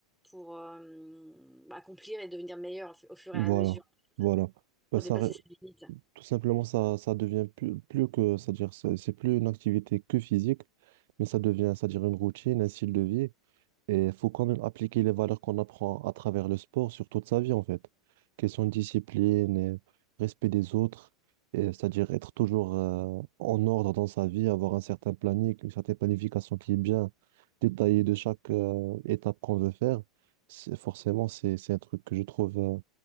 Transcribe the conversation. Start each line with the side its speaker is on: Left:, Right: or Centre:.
Centre: pour euh, accomplir et devenir meilleur au fu- au fur
Right: Voilà,
Centre: et à mesure,
Right: voilà. Bah,
Centre: pour
Right: ça,
Centre: dépasser
Right: re-
Centre: ses limites.
Right: tout simplement, ça, ça devient plus, plus que, c'est-à-dire, c'est c'est plus une activité que physique, mais ça devient, c'est-à-dire, une routine, un style de vie. Et il faut quand même appliquer les valeurs qu'on apprend à travers le sport sur toute sa vie, en fait. Question de discipline, et respect des autres, et c'est-à-dire être toujours euh, en ordre dans sa vie, avoir un certain planning, une certaine planification qui est bien détaillée de chaque euh, étape qu'on veut faire. C'est- Forcément, c'est, c'est un truc que je trouve. euh,